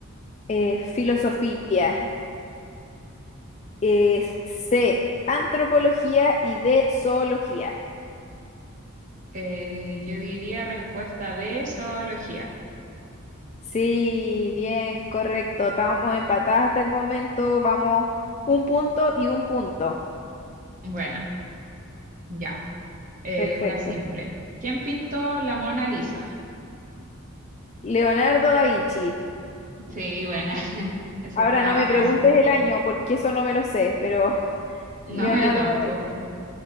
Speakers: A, on the left; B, on the right.
A: eh, filosofía. Eh, C, antropología y D, zoología.
B: Eh, yo diría respuesta de zoología.
A: Sí, bien, correcto. Estamos empatadas hasta el momento. Vamos un punto y un punto.
B: Bueno. ya. Eh,
A: Perfecto.
B: una simple. ¿Quién pintó la Mona Lisa?
A: Leonardo da Vinci.
B: Sí, buena. <laughs> Eso
A: Ahora
B: está
A: no me
B: fácil.
A: preguntes el año porque eso no me lo sé, pero <laughs>
B: No,
A: Leonardo,
B: yo tampoco.